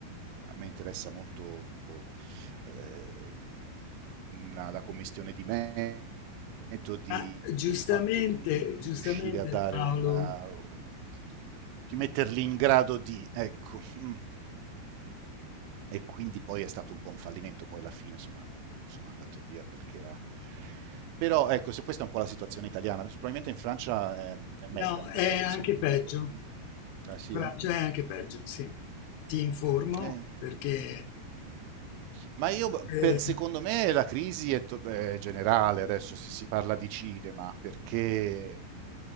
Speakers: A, on the right; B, on the left.
A: a me interessa molto eh, la, la commissione di metodi,
B: Ma giustamente,
A: il fatto di, di
B: giustamente
A: riuscire a dare
B: Paolo,
A: una... di, di metterli in grado di, ecco. Mm. E quindi poi è stato un po' un fallimento, poi alla fine insomma sono andato via perché era... Però ecco, se questa è un po' la situazione italiana, adesso probabilmente in Francia è, è meglio,
B: no,
A: hanno
B: è
A: una tradizione
B: anche
A: migliore.
B: peggio.
A: Mm. Ah
B: In
A: sì,
B: Francia
A: eh?
B: è anche peggio, sì. Ti informo
A: Eh.
B: perché
A: Ma io,
B: eh,
A: pe- secondo me, la crisi è, to- è generale adesso se si parla di cinema, perché